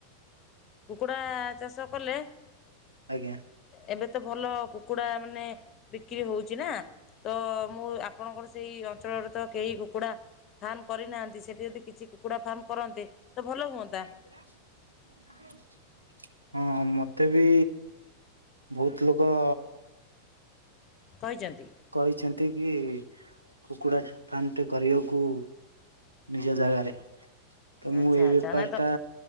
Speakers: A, on the left; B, on the right.
A: କୁକୁଡ଼ା ଚାଷ କଲେ
B: ଆଜ୍ଞା
A: ଏବେ ତ ଭଲ କୁକୁଡ଼ାମାନେ ବିକ୍ରି ହଉଛି ନା। ତ ମୁଁ ଆପଣଙ୍କର ସେଇ ଅଞ୍ଚଳରେ ତ କେହି କୁକୁଡା ଫାର୍ମ କରିନାହାନ୍ତି। ସେଠି ଯଦି କିଛି କୁକୁଡ଼ା ଫାର୍ମକରନ୍ତେ ତ ଭଲ ହୁଅନ୍ତା।
B: ହା ଲେ ହଁ ମତେ ବି ବହୁତଲୋକ
A: କହିଚନ୍ତି।
B: କହିଛନ୍ତି କି କୁକୁଡ଼ା ଫାର୍ମଟେ କରିବାକୁ ନିଜ ଜାଗାରେ। ତ ମୁଁ
A: ଆଚ୍ଛା
B: ଏ
A: ଆଚ୍ଛା
B: ବେପାରଟା
A: ନାଇଁ ତ